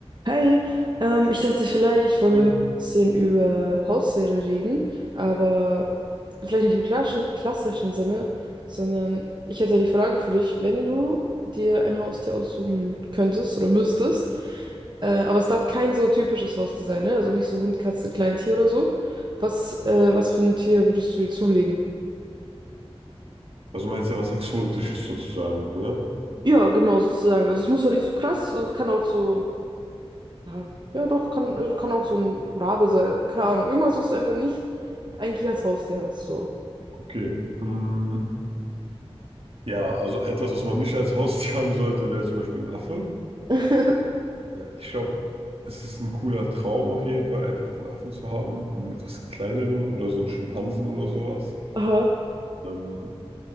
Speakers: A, on the right; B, on the right.
A: Hi, ähm, ich dachte, vielleicht wollen
B: Ja.
A: wir heute ein bisschen über Haustiere reden, aber vielleicht nicht im klassischen, klassischen Sinne, sondern ich hätte die Frage für dich, wenn du dir ein Haustier aussuchen könntest oder müsstest, äh, aber es darf kein so typisches Haustier sein, ne? Also nicht so Hund, Katze, Kleintier oder so. Was, äh, was für ein Tier würdest du dir zulegen?
B: Also meinst ja was Exotisches sozusagen, ne?
A: Ja, genau, sozusagen. Also es muss doch nicht so krass, also es kann auch so. Ja, ja doch, kann, also kann auch so ein Rabe sein. Keine Ahnung. Irgendwas, was du einfach nicht eigentlich als Haustier hast. So.
B: Okay. Mm, ja, also etwas, was man nicht als Haustier haben sollte, wäre zum Beispiel ein Affe.
A: <laughs>
B: Äh, Ich glaube, es ist ein cooler Traum auf jeden Fall, einfach einen Affen zu haben, einen etwas kleineren oder so einen Schimpansen oder sowas.
A: Aha.
B: Ähm,